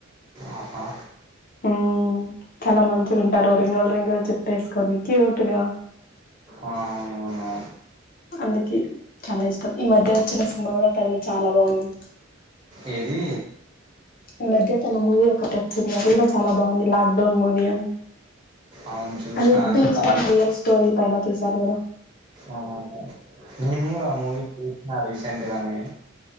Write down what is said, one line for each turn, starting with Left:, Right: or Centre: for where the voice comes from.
Right: ఆహా
Left: ఊ చాలా మంచిగుంటారు రింగుల రింగుల్ జుట్టేసుకొని క్యూట్ గా
Right: ఆ అవునా
Left: అందుకే చాలా ఇష్టం ఈ మధ్య వచ్చిన సినిమా కూడా తనది చాలా బాగుంది
Right: ఏది
Left: ఈ మధ్య తన మూవీ ఒకటి వచ్చింది అది కూడా చాలా బాగుంది లాక్ డౌన్ మూవీ అని
Right: అవును చూసిన
Left: అది బేస్ట్ ఆన్ రియల్ స్టోరీ పన తి సారి గదా
Right: అవును నేను కూడా ఆ మూవీ చూసిన రీసెంట్ గానే